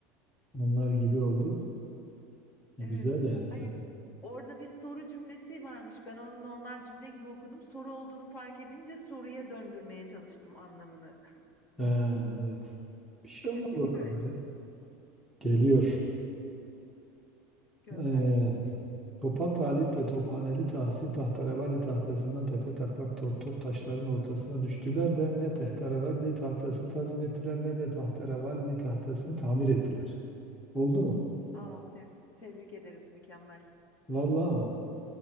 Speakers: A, in the centre; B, on the left.
A: onlar gibi oldu. E,
B: Evet.
A: Güzel yani
B: Hayır.
A: ya.
B: Orada bir soru cümlesi varmış. Ben onu normal cümle gibi okudum. Soru olduğunu fark edince soruya döndürmeye çalıştım anlamını.
A: Ee, evet. Bir şey
B: Evet,
A: olmaz
B: seni
A: o kadar
B: görelim.
A: ya. Geliyor.
B: Gönder.
A: Evet. Topal Talip'le Tophaneli Tahsin tahterevalli tahtasından tepe taklak to- top taşların ortasına düştüler de ne tahterevalli tahtasını tazmin ettiler ne de tahterevalli tahtasını tamir ettiler. Oldu mu?
B: Aa, te- tebrik ederim. Mükemmel.
A: Vallahi mi?